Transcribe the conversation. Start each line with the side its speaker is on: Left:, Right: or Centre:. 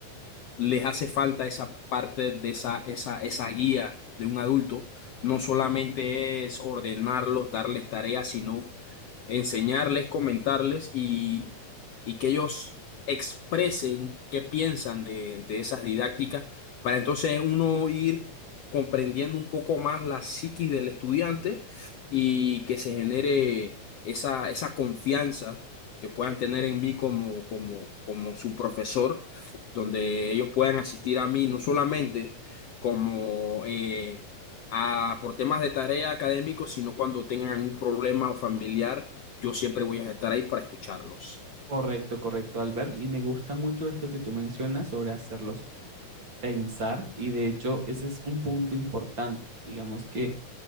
Left: les hace falta esa parte de esa, esa, esa guía de un adulto. No solamente es ordenarlos, darles tareas, sino enseñarles, comentarles y, y que ellos expresen qué piensan de, de esas didácticas, para entonces uno ir comprendiendo un poco más la psiquis del estudiante y que se genere esa, esa confianza que puedan tener en mí como, como, como su profesor, donde ellos puedan asistir a mí no solamente como... eh, a- por temas de tarea académicos, sino cuando tengan un problema familiar yo siempre voy a estar ahí para escucharlos.
Right: Correcto, correcto, Albert. Y me gusta mucho esto que tú mencionas sobre hacerlos pensar y de hecho ese es un punto importante. Digamos que